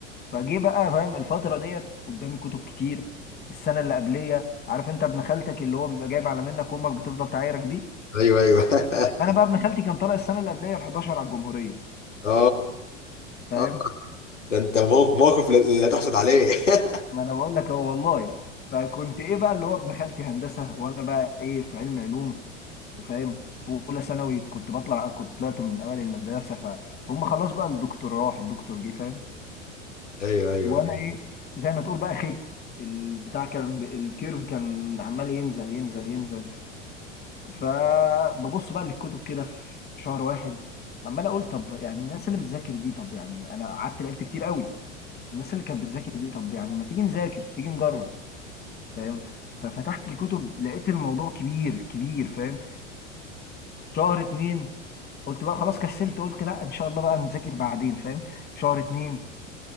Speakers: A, on the left; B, on the left.
A: فجه بقى فاهم الفترة ديت قدامي كتب كتير السنة اللي قبلية عارف انت ابن خالتك اللي هو بيبقى جايب على منك امك بتفضل تعايرك بيه
B: ايوه ايوه <laughs>
A: انا بقى ابن خالتي كان طالع السنة اللي قبلية ال 11 على الجمهورية
B: اخ
A: فاهم
B: آه. ده انت موق- موقف لا لا تحسد عليه <laughs>
A: ما انا بقول لك هو والله فكنت ايه بقى اللي هو ابن خالتي هندسه وانا بقى ايه في علم علوم وفاهم في اولى ثانوي كنت بطلع كنت طلعت من اوائل المدرسه فهم خلاص بقى الدكتور راح الدكتور جه فاهم
B: ايوه ايوه
A: وانا
B: ايوه
A: ايه زي ما تقول بقى خبت البتاع كان ب- الكيرف كان عمال ينزل ينزل ينزل فببص بقى للكتب كده في شهر واحد عمال اقول طب يعني الناس اللي بتذاكر دي طب يعني انا قعدت لعبت كتير قوي الناس اللي كانت بتذاكر دي طب يعني ما تيجي نذاكر تيجي نجرب فاهم ففتحت الكتب لقيت الموضوع كبير كبير فاهم شهر اتنين قلت بقى خلاص كسلت قلت لا ان شاء الله بقى نذاكر بعدين فاهم شهر اتنين